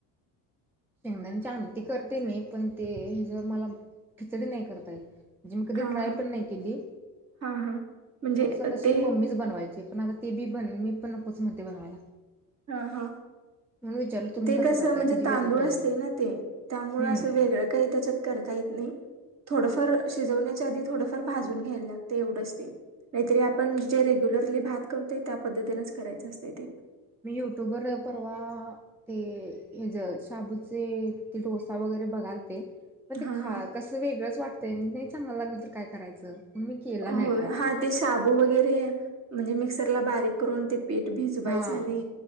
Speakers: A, in the centre; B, on the right.
A: शेंगदाणची आमती करते मी पण ते ह ज मला... खिचडी नाही करतायेत. म्हणजे मी कधी
B: हा
A: ट्राय
B: हा
A: पण नाही केली
B: हा हा म्हणजे
A: सहसा
B: अ,
A: कशी
B: ते
A: मम्मीच बनवायची. पण आता ते बी बन मी पण नकोच मध्ये बनवायला.
B: हा हा
A: म्हणून विचारलं तुम्ही
B: ते
A: कसं
B: कस
A: करताय
B: म्हणजे
A: तिची
B: तांदूळ....
A: वेगळी पद्धत
B: अस ना ते त्यामुळे
A: हम्म
B: असं वेगळं काही त्याच्यात करता येत नाही. थोडंफार शिजवण्याच्या आधी थोडंफार भाजून घ्यायला लागतय एवढंच ते. नाहीतरी आपण जे रेग्युलर आपण भात करतोय त्या पद्धतीनेच करायचं असतं तेपण
A: मी युट्यूबवर परवा ते हेज शाबूचे ते डोसा वगैरे बघालते. पण ते
B: हां
A: खा
B: हां
A: कसं वेगळंच वाटतंय नाही. चांगला लागल तर काय करायचं. मी केला नाही
B: हो
A: ट्राय.
B: हा ते शबू वगैरे- म्हणजे मिक्सरला बारीक करून ते- पीठ भिजवायच
A: हा
B: आणि